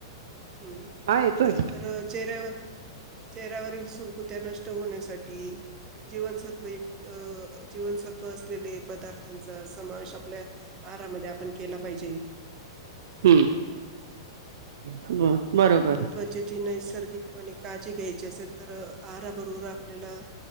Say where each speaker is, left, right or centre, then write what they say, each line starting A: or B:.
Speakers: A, on the right (about 30°); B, on the right (about 65°).
A: हम्म,
B: हा येतोय
A: तर चेहऱ्यावर चेहऱ्यावरील सुरकुत्या नष्ट होण्यासाठी. जीवनसत्वयुक्त जीवनसत्व असलेले पदार्थ. त्यांचा समावेश आपल्या आहरामध्ये आपण केला पाहिजे.
B: हम्म ब बरोबर.
A: म्हणजे जी नैसर्गिकपणे काळजी घ्यायची असेल, तर आहारबरोबर आपल्याला